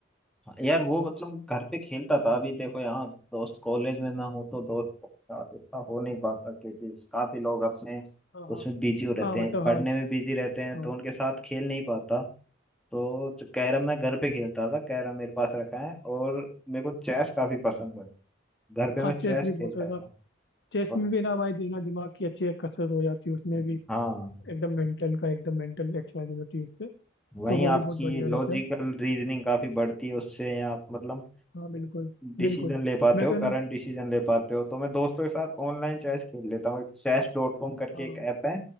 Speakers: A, in the centre; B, on the left.
A: यार वो मतलब घर पे खेलता था अभी देखो यहाँ दोस्त कॉलेज में ना हो तो दोस्त के साथ इतना हो नहीं पाता क्योंकि काफी लोग अपने
B: हाँ हाँ
A: उसमें बिजी हो रहते
B: हाँ
A: हैं
B: मतलब
A: पढ़ने
B: हाँ
A: में बिजी रहते हैं
B: हाँ
A: तो उनके साथ खेल नहीं पाता तो जो कैरम मैं घर पे खेलता था कैरम मेरे पास रखा है और मेरे को चेस काफी पसंद है घर पे
B: हाँ
A: मैं
B: चेस
A: चेस
B: भी बहुत
A: खेलता
B: है ना
A: था
B: चेस
A: और
B: में भी ना हमारी देना दिमाग की अच्छी एक कसरत हो जाती है उसमें भी
A: हाँ
B: एकदम मेंटल का एकदम मेंटल एक्सरसाइज हो जाती है उससे
A: वहीं
B: तो वो
A: आपकी
B: भी बहुत बढ़िया रहता
A: लॉजिकल
B: है
A: रीजनिंग काफी बढ़ती है उससे आप मतलब
B: हाँ बिल्कुल
A: डिसीजन
B: बिल्कुल
A: ले पाते
B: मैं
A: हो
B: तो है
A: करंट
B: ना
A: डिसीजन ले पाते हो तो मैं दोस्तों के साथ ऑनलाइन चेस खेल लेता हूँ एक चेस डॉट कॉम करके
B: हाँ
A: एक ऐप है